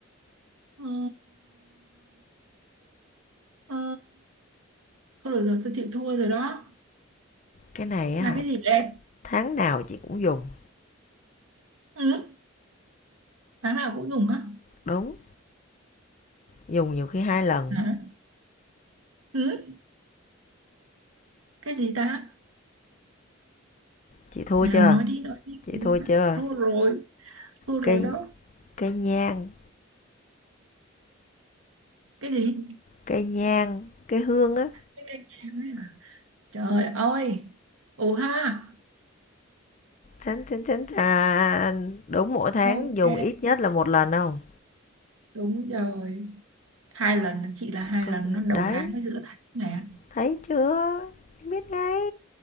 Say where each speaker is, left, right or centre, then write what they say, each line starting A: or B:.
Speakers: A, on the right; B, on the left.
A: Ờ, ờ, Thôi được rồi tôi chịu thua rồi đó
B: Cái này á
A: Là
B: hả,
A: cái gì đấy
B: tháng nào chị cũng dùng.
A: ừ. Tháng nào cũng dùng á
B: Đúng, dùng nhiều khi hai lần.
A: Hả? ừ. Cái gì ta
B: Chị thua
A: Nào
B: chưa?
A: nói đi nói đi
B: Chị thua chưa?
A: Thua rồi Thua rồi
B: Cây,
A: đó
B: cây nhang,
A: Cái gì
B: cây nhang, cái hương á,
A: Cái cây nhang ấy à? Trời ơi Ồ ha
B: Chán, chán, chán, chán. Đúng mỗi tháng
A: Ok
B: dùng ít nhất là một lần không?
A: đúng rồi hai lần chị là hai
B: Có
A: lần
B: khi
A: nó đầu
B: Đấy,
A: tháng với giữa tháng nè
B: thấy chưa? Em biết ngay.